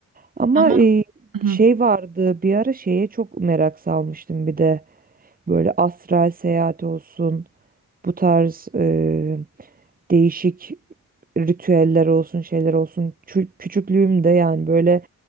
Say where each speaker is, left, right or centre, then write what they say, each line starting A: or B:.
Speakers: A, on the right; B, on the right.
A: Ama
B: <laughs> Ama
A: e,
B: Hı,
A: şey vardı bir ara şeye çok merak salmıştım bir de böyle astral seyahat olsun bu tarz e, değişik ritüeller olsun şeyler olsun Çü- küçüklüğümde yani böyle